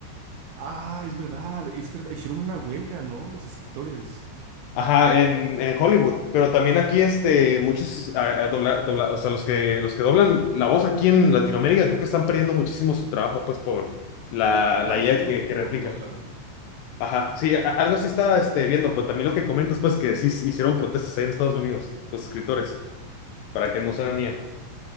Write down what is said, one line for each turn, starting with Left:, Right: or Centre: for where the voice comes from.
Right: Ah, es verdad, es verdad. Hicieron una huelga, ¿no? Los escritores.
Left: Ajá, en, en Hollywood, pero también aquí este, muchos, a- a dobla- dobla- o sea, los que, los que doblan la voz aquí en Latinoamérica, creo que están perdiendo muchísimo su trabajo pues por la,
Right: Ah,
Left: la
Right: ¿en
Left: IA
Right: serio?
Left: que, que replica.
Right: Por lo de la...
Left: Ajá, sí, a- algo sí estaba este, viendo, pero también lo que comentas, pues que sí hicieron protestas ahí en Estados Unidos, los escritores, para que no usaran IA.